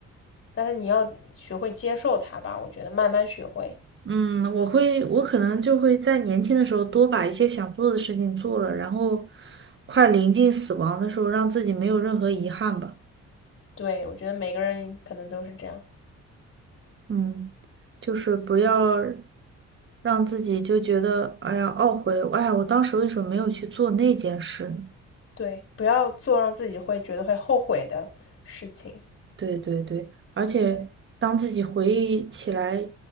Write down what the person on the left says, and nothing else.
但是你要学会接受它吧。我觉得慢慢学会。
对，我觉得每个人可能都是这样。
对，不要做让自己会觉得会后悔的事情。
对